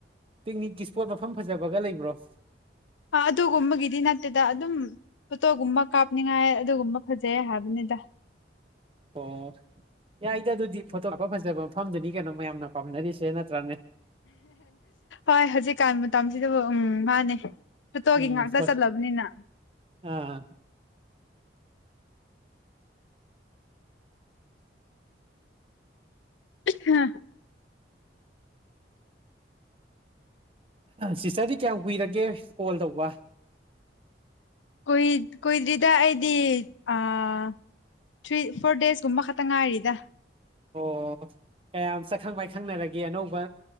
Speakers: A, on the right (about 30°); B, on the left (about 80°).
A: ꯄꯤꯛꯅꯤꯛꯀꯤ ꯏꯁꯄꯣꯠ ꯃꯐꯝ ꯐꯖꯕꯒ ꯂꯩꯕ꯭ꯔꯣ
B: ꯑ ꯑꯗꯨꯒꯨꯝꯕꯒꯤꯗꯤ ꯅꯠꯇꯦꯗ ꯑꯗꯨꯝ ꯐꯣꯇꯣꯒꯨꯝꯕ ꯀꯥꯞꯅꯤꯡꯉꯥꯏ ꯑꯗꯨꯒꯨꯝꯕ ꯐꯖꯩ ꯍꯥꯏꯕꯅꯤꯗ <inaudible>
A: ꯑꯣ ꯌꯥꯏꯗꯤ ꯑꯗꯨꯗꯤ ꯐꯣꯇꯣ ꯍꯥꯞꯄ ꯐꯖꯕ ꯃꯐꯝꯗꯨꯅꯤ ꯀꯩꯅꯣ ꯃꯌꯥꯝꯅ ꯄꯥꯝꯅꯔꯤꯁꯦ ꯅꯠꯇ꯭ꯔꯅꯦ
B: ꯍꯣꯏ ꯍꯧꯖꯤꯛꯀꯥꯟ ꯃꯇꯝꯁꯤꯗꯕꯨ ꯎꯝ ꯃꯥꯅꯦ ꯐꯣꯇꯣꯒꯤ
A: ꯎꯝ
B: ꯉꯥꯛꯇ
A: ꯍꯣꯏ
B: ꯆꯠꯂꯕꯅꯤꯅ
A: ꯑꯥ
B: <unintelligible>
A: ꯁꯤꯁꯇꯔꯗꯤ ꯀꯌꯥꯝ ꯀꯨꯏꯔꯒꯦ ꯀꯣꯜ ꯇꯧꯕ
B: ꯀꯏ ꯀꯨꯏꯗ꯭ꯔꯤꯗ ꯑꯩꯗꯤ ꯑꯥ ꯊ꯭ꯔꯤ ꯐꯣꯔ ꯗꯦꯁꯀꯨꯝꯕ ꯈꯛꯇ ꯉꯥꯏꯔꯤꯗ
A: ꯑꯣ ꯀꯌꯥꯝ ꯁꯛꯈꯪ ꯄꯥꯏꯈꯪꯅꯔꯒꯦ ꯑꯅꯧꯕ